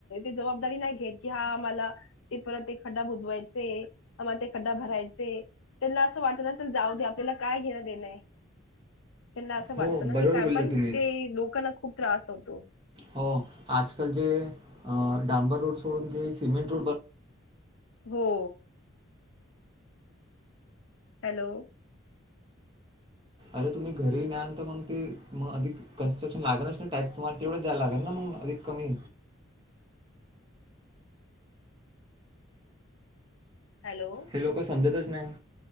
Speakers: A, on the left (about 70°); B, on the right (about 25°).
A: जबाबदारी नाही घेत कि हा आम्हाला ते परत ते खड्डा बुजवायचे आम्हाला ते खड्डा भरायचे त्यांना असं वाटत चल जाऊ दे आपल्याला काय घेण देणं आहे. त्यांना असं
B: हो
A: वाटतं ना
B: बरोबर
A: की काय
B: बोलले
A: पण
B: तुम्ही
A: ते लोकांना खूप- त्रास होतो.
B: हो आजकाल जे अ डांबर रोड सोडून जे सिमेंट रोड ब
A: हो. हॅलो
B: अरे तुम्ही घरीही नाहीनंतर मग ते मग अधिक कन्स्ट्रक्शन लागेलच ना टॅक्स तमारला तेवढ द्यायला लागेल ना मग अधिक कमी
A: हॅलो
B: हे लोक समजतच नाही.